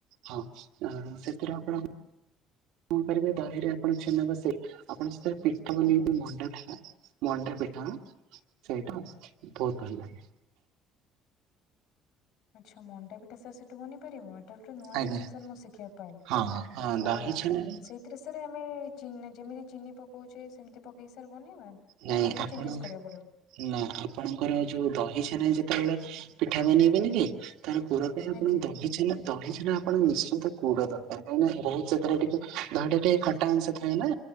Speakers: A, on the right; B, on the left.
A: ହଁ। ସେଥିରୁ ଆପଣ କଣ କରିବେ? ଦହିରେ ଆପଣ ଛେ୍ନା ବସେ ଆପଣଙ୍କ ସେଥିରେ ପିଠା ନେଇ
B: ଆଜ୍ଞା।
A: ମଣ୍ଡା ଥିଲା। ମଣ୍ଡା ପିଠା ସେଇଟା ବହୁତ ଭଲ ଲାଗେ।
B: ଆଚ୍ଛା ମଣ୍ଡା ପିଠା ସେ ସେଠୁ ବନେଇ ପାରିବ। <unintelligible> ନୂଆ
A: ଆଜ୍ଞା
B: ଜିନିଷ ସ ମୁଁ ଶିଖିବାକୁ ପାଇଲି
A: ହଁ ହଁ
B: ଆ
A: ଦହି ଛେନାରେ
B: ସେ ଏଥିରେ ସାର୍ ଆମେ ଚ ଯେମିତି ଚିନି ପକଉଛେ ସେମିତି ପକେଇ ସାର ବନେଇ <unintelligible>
A: ନାଇଁ
B: ର କି
A: ଆପଣ
B: ଚେଞ୍ଜେସ କରିବାକୁ ପଡିବ।
A: ନା ଆପଣଙ୍କର ଯୋଉ ଦହି ଛାନ ଯେତେବେଳେ ପିଠା ବନେଇବେନି କି ତାର ପୁର ସେ ଆପଣଙ୍କୁ
B: ଆଜ୍ଞା
A: ଦହି ଛେନା ଦହି ଛେନା ଆପଣ ନିଶ୍ଚିନ୍ତ କୁଡ ଦରକାର କାହିଁକି ନା ବହୁ ସେଥିରେ ଟିକେ ଦହି ଟା ଟିକେ ଖଟା ଅଂଶ ଥାଏ ନା।